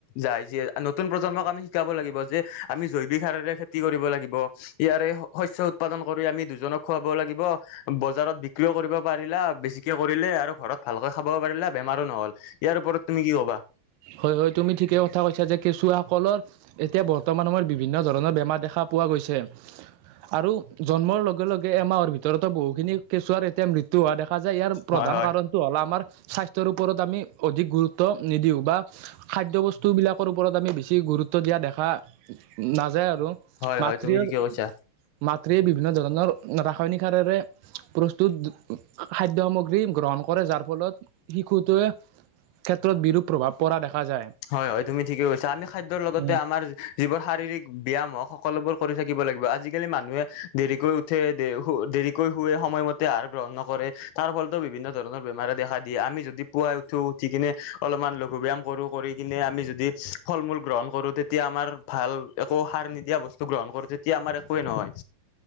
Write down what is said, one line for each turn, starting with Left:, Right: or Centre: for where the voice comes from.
Left: যায়। যিয়ে নতুন প্ৰজন্মক আমি শিকাব লাগিব যে আমি জৈৱিক সাৰৰে খেতি কৰিব লাগিব। ইয়াৰে শস্য উৎপাদন কৰি আমি দুজনক খুৱাব লাগিব বজাৰত বিক্ৰীও কৰিব পাৰিলা, বেছিকে কৰিলে আৰু ঘৰত ভালকৈ খাব পাৰিলা বেমাৰো নহ'ল। ইয়াৰ ওপৰত তুমি কি ক'বা?
Right: হয়, হয় তুমি ঠিকেই কথা কৈছা। যে কেঁচুৱাসকলৰ এতিয়া বৰ্তমান সময়ত বিভিন্ন ধৰণৰ বেমাৰ দেখা পোৱা গৈছে। আৰু জন্মৰ লগে লগে এমাহৰ ভিতৰতে বহুখিনি কেঁচুৱাৰ এতিয়া মৃত্যু তু হোৱা দেখা যায়। ইয়াৰ প্ৰধান
Left: হয় হয়
Right: কাৰণটো হ'ল আমাৰ স্বাস্থ্যৰ ওপৰত আমি অধিক গুৰুত্ব নিদিওঁ। বা খাদ্য বস্তুবিলাকৰ ওপৰত আমি বেছি গুৰুত্ব দিয়া দেখা নাযায় আৰু
Left: হয়
Right: মাতৃৰ
Left: হয় তুমি ঠিকে কৈছা
Right: মাতৃয়ে বিভিন্ন ধৰণৰ ৰাসায়নিক সাৰেৰে প্ৰস্তুত খাদ্য সামগ্ৰী গ্ৰহণ কৰে যাৰ ফলত শিশুটোৱে ক্ষেত্ৰত বিৰূপ প্ৰভাৱ পৰা দেখা যায়।
Left: হয়, হয় তুমি ঠিকে কৈছা। আমি খাদ্যৰ লগতে
Right: উম
Left: আমাৰ যিবোৰ শাৰীৰিক ব্যায়াম হওঁক সকলোবোৰ কৰি থাকিব লাগিব। আজিকালি মানুহে দেৰিকৈ উঠে দেৰিকৈ শুৱে সময়মতে আহাৰ গ্ৰহণ নকৰে তাৰ ফলতো বিভিন্ন ধৰণৰ বেমাৰে দেখা দিয়ে। আমি যদি পুৱাই উঠো, উঠি কিনে অলপমান লঘু ব্যায়াম কৰো কৰি কিনে আমি যদি ফল মূল গ্ৰহণ কৰো, তেতিয়া আমাৰ ভাল একো সাৰ নিদিয়া বস্তু গ্ৰহণ কৰো তেতিয়া আমাৰ একোৱেই নহয়।